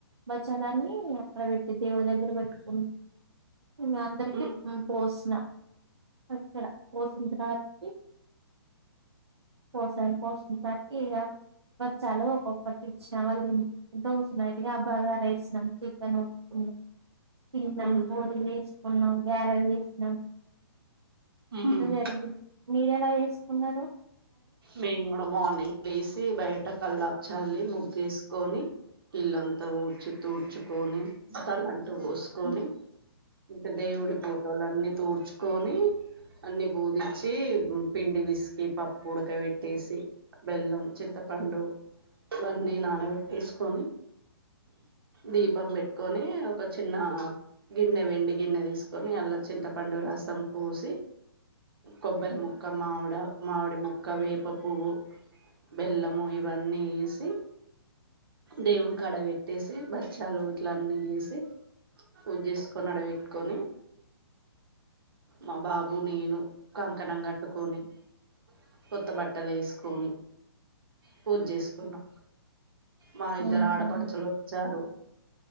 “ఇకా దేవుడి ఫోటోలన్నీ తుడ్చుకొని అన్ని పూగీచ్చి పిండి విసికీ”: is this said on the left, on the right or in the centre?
Right